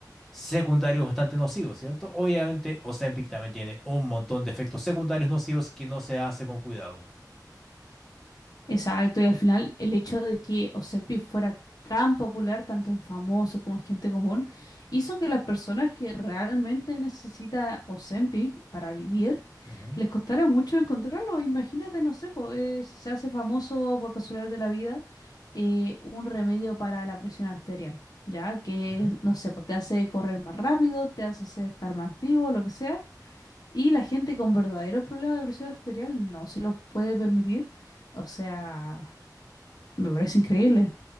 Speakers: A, in the centre; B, on the left.
A: secundarios bastante nocivos, ¿cierto? Obviamente, Ozempic también tiene un montón de efectos secundarios nocivos que no se hace con cuidado.
B: Exacto, y al final el hecho de que Osepi fuera tan popular, tanto en famosos como en gente común, hizo que las personas que realmente necesita Ozempic para vivir,
A: Ujú,
B: les costara mucho encontrarlo. Imagínate, no sé, po, eh, se hace famoso por casualidad de la vida eh, un remedio para la presión arterial, ¿ya? Que,
A: ujú.
B: no sé, pues te hace correr más rápido, te hace ser- estar más activo, lo que sea. Y la gente con verdaderos problemas de presión arterial no se los puede permitir. O sea, me parece increíble.